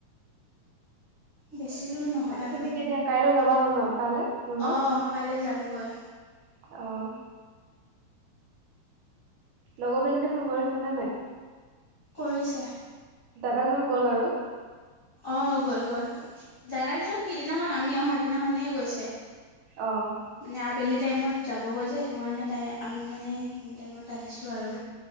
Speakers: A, on the left; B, on the right.
A: বেছি দূৰ নহয়
B: বাকী
A: আৰু
B: তুমি কেতিয়া কাইলৈ যাবা গৈ ন? তালে ৰুমত?
A: অঁ
B: অ,
A: কাইলৈ যামগৈ
B: অ। অ। লগৰ কেইজনী ফোন কৰিছে নে নাই?
A: কৰিছে।
B: দাদা জন গ'ল আৰু?
A: অ, গল গৈ। দাদাজন সিদিনাখন আমি অহা দিনাখনেই গৈছে।
B: অ'।
A: মানে আবেলি টাইমত যাবগৈ যে, সেইটো কাৰণে তাই আমি মানে সেইখিনি টাইমত আহিছোঁ আৰু।